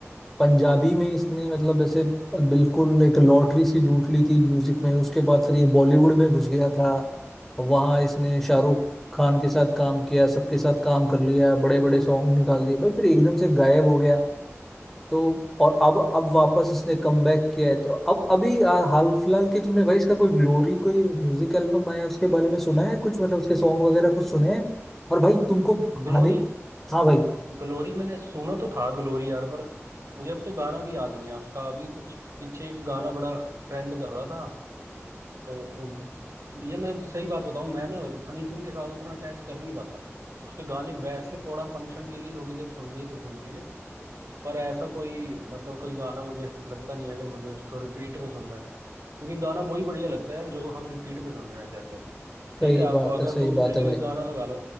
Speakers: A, in the centre; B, on the right.
A: पंजाबी में इसने मतलब ऐसे बिल्कुल एक लॉटरी सी लूट ली थी म्यूजिक में उसके बाद फिर ये बॉलीवुड में घुस गया था वहां इसने शाहरुख खान के साथ काम किया सबके साथ काम कर लिया बड़े बड़े सॉन्ग निकाल दिए भाई फिर एकदम से गायब हो गया तो और अब अब वापस इसने कम बैक किया है तो अब अभी आ, हाल फिलहाल के तुमने भाई इसका कोई ग्लोरी कोई म्यूजिक एल्बम आया उसके बारे में सुना है कुछ मतलब उसके सॉन्ग वगैरह कुछ सुने हैं और भाई तुमको
B: ग्लोरी
A: हानि हाँ भाई
B: ग्ल, ग्लोरी मैंने सुना तो था ग्लोरी यार पर मुझे अब तो गाना भी याद नहीं है उसका अभी कुछ पीछे एक गाना बड़ा ट्रेंड कर रहा था तो ये मैं सही बात बताऊं मैं ना हनी सिंह के साथ उतना अटैच कर नहीं पाता उसके गाने वैसे थोड़ा फंक्शन के लिए थोड़ी देर सुन लिए तो सुन लिए पर ऐसा कोई मतलब कोई गाना मुझे लगता नहीं है कि मुझे उसको रिपीट पे सुनना है क्योंकि गाना वही बढ़िया लगता है यार जो हम रिपीट पे सुन रहे हैं जैसे
A: सही
B: ठीक है अब
A: बात
B: अगर
A: है सही
B: तुम
A: बात
B: अगर
A: है भाई
B: एक गाना लगा लो